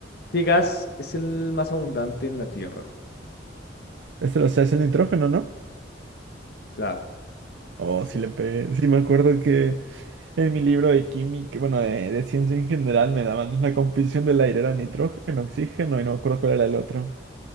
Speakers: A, on the left; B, on the right.
A: ¿Qué gas es el más abundante en la Tierra?
B: Este lo sé es el nitrógeno, ¿no?
A: Claro,
B: Oh,
A: sí,
B: sí le pegué. Sí, me acuerdo que en mi libro de química, bueno, de, de ciencia en general, me daban la composición del aire, era nitrógeno, oxígeno y no me acuerdo cuál era el otro.